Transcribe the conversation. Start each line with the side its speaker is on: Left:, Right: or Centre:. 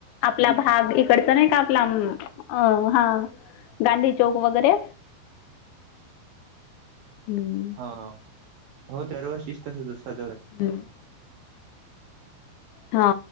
Left: आपला भाग इकडच नाही का आपला, अ हा. गांधी चौक वगैरे. हम्म.
Right: हा हो दरवर्षीच तसंच असतं.
Left: हम्म हा.